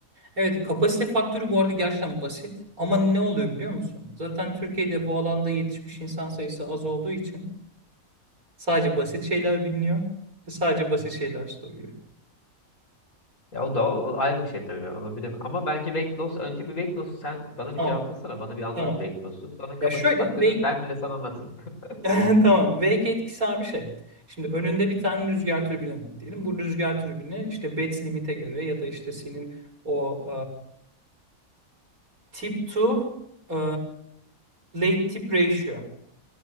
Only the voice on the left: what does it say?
Ya o da o ayrı bir şey tabii onu bilemem. Ama bence weight loss önce bir weight loss sen bana
bir cevaplasana bana bir anlat
weight loss'u. Sonra
kapasite
faktörünü
ben bile sana anlatırım. <laughs>